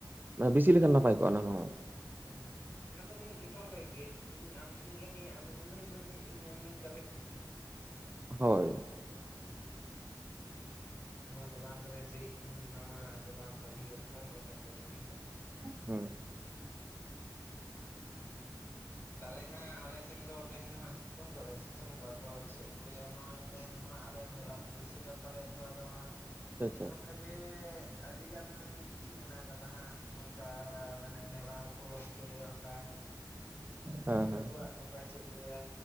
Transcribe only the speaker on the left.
ᱦᱳᱭ ᱦᱳᱭ ᱚᱱᱟ ᱫᱚ ᱢᱟᱱᱮ ᱡᱚᱛᱚ ᱦᱚᱲ ᱞᱟᱹᱜᱤᱫ ᱜᱮ ᱤᱧ ᱟᱢ ᱴᱷᱮᱱᱤᱧ ᱠᱟᱹᱢᱤᱭᱟ ᱟᱢ ᱩᱱᱟᱹᱜ ᱮᱢ ᱤᱢᱟᱹᱧᱟ ᱤᱧ ᱟᱹᱢᱮᱧ ᱠᱟᱹᱢ
ᱱᱚᱣᱟ ᱫᱚ ᱵᱟᱝ ᱠᱟᱱᱟ ᱡᱮ ᱤᱧᱤᱧ ᱮᱢᱟᱢᱟ ᱟᱫᱚ ᱵᱟᱢ ᱠᱟᱹᱢᱤ ᱦᱩᱭᱩᱜᱼᱟ ᱚᱱᱠᱟᱱᱟᱜ ᱠᱟᱛᱷᱟ ᱫᱚ ᱵᱟᱝ ᱠᱟᱱᱟ, ᱦᱮᱸ ᱥᱮ ᱵᱟᱝ?
ᱛᱟᱦᱚᱞᱮ ᱦᱟᱸᱜ ᱟᱞᱮᱥᱱ ᱫᱚ ᱛᱮᱦᱮᱧ ᱫᱚ ᱦᱟᱸᱜ ᱥᱤᱛᱩᱝ ᱠᱟᱫᱟᱭ ᱥᱤᱛᱩᱝ ᱫᱚ ᱟᱫᱚ ᱪᱮᱫ ᱠᱚ ᱞᱟᱹᱭᱟ ᱱᱚᱜᱼᱚᱭ ᱛᱮᱦᱮᱧ ᱫᱚ ᱦᱟᱸᱜ ᱟᱞᱮ ᱢᱮᱞᱟ ᱠᱚ ᱵᱟᱹᱭᱥᱟᱹᱜ ᱠᱟᱱ ᱛᱟᱞᱮᱭᱟ ᱛᱚ ᱟᱫᱚ ᱦᱟᱸᱜ
ᱱᱚᱝᱠᱟ ᱜᱮ ᱟᱹᱰᱤᱜᱟᱱ ᱠᱤᱪᱷᱩ ᱢᱮᱱᱟᱜ ᱟᱠᱟᱫᱟ ᱦᱟᱸᱜ ᱱᱚᱝᱠᱟ ᱢᱟᱱᱮ ᱢᱮᱞᱟ ᱩᱯᱚᱞᱚᱠᱠᱷᱮ ᱚᱱᱠᱟ
ᱫᱤᱠᱩᱣᱟᱜ
ᱱᱚᱝᱠᱟ ᱪᱮᱫ ᱠᱞᱟᱹᱭᱟ